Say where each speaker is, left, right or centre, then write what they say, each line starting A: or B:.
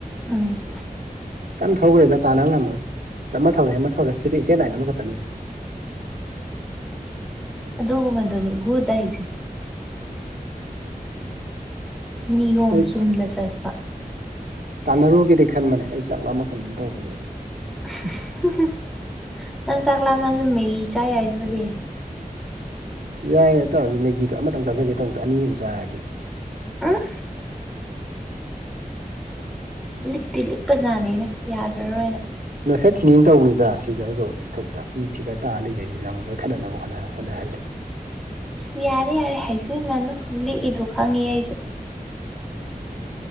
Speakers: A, in the centre; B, on the right.
A: ꯎꯝ
B: ꯀꯝ ꯊꯧꯈ꯭ꯔꯦꯗ ꯇꯥꯅ ꯉꯝꯃ ꯆ ꯑꯃ ꯊꯧꯔꯦ ꯑꯃ ꯊꯧꯔꯦ ꯁꯤꯗꯤ ꯏꯐꯦꯠ ꯂꯥꯏꯟ ꯑꯃꯈꯛꯇꯅꯤ
A: ꯑꯗꯒꯣ ꯃꯗꯅꯤ ꯇꯥꯏꯁꯦ ꯅꯤꯌꯣꯝ
B: ꯑꯩ
A: ꯆꯨꯝꯅ ꯆꯠꯂꯤ
B: ꯇꯥꯟꯅꯔꯨꯒꯦꯗꯤ ꯈꯟꯕꯅꯦ ꯑꯩ ꯆꯥꯛꯂꯥꯛꯃ ꯀꯩꯅꯣꯝ ꯇꯧꯕꯅꯦꯗ
A: ꯍꯝ ꯍꯝ ꯅꯪ ꯆꯥꯛꯂꯥꯑꯃꯁꯨ ꯃꯦꯔꯤ ꯆꯥ ꯌꯥꯏ ꯑꯗꯨꯕꯨꯗꯤ
B: ꯌꯥꯏ ꯍꯥꯏꯇꯥꯔꯁꯨ ꯃꯦꯒꯤꯗꯣ ꯑꯃꯇꯪ ꯆꯥꯖꯒꯦ ꯇꯧꯕꯗꯣ ꯑꯅꯤꯃꯨꯛ ꯆꯥꯔꯗꯤ
A: ꯑꯥ ꯂꯤꯛꯇꯤ ꯂꯤꯛꯄ ꯖꯥꯠꯅꯤꯅꯦ ꯌꯥꯔꯔꯣꯏꯅ
B: ꯅꯣꯏꯈꯠꯈꯤꯅꯤꯅ ꯇꯧꯕꯅꯤꯗ ꯐꯤꯒꯔꯗꯣ ꯐꯤꯒꯔ ꯇꯥꯔ ꯂꯩꯖꯔꯤꯁꯤꯅ ꯑꯃꯨꯛ ꯅꯣꯏꯈꯠꯅꯕ ꯍꯣꯠꯅ ꯍꯝ ꯍꯝ
A: ꯑ ꯌꯥꯔꯦ ꯌꯥꯔꯦ ꯍꯥꯏꯁꯤꯁꯤꯅ ꯅꯪ ꯂꯤꯛꯏꯗꯣ ꯈꯪꯉꯦ ꯑꯩꯁꯨ